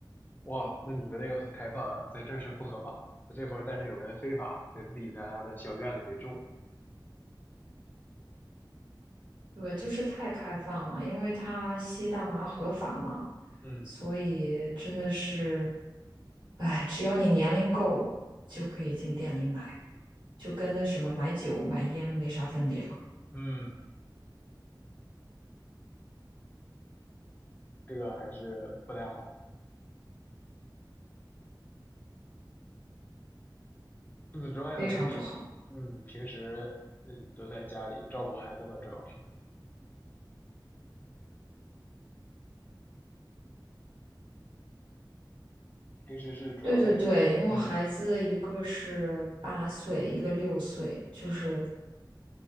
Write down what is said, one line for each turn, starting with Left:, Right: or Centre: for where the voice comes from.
Left: 哇，那你们那个很开放啊，在这儿是不合法的，这块儿但是有人非法在自己家的小院子里种，
Right: 对，就是太开放了，因为他吸大麻合法嘛，
Left: 嗯。
Right: 所以真的是，哎，只要你年龄够，就可以进店里买，就跟那什么买酒买烟没啥分别了，
Left: 嗯，这个还是不太好。除此之外呢，
Right: 非常不好。
Left: 你平嗯平时嗯都在家里照顾孩子嘛，主要是平时是主要在家，
Right: 对对对，因为我孩子一个是八岁，
Left: 嗯，
Right: 一个六岁，就是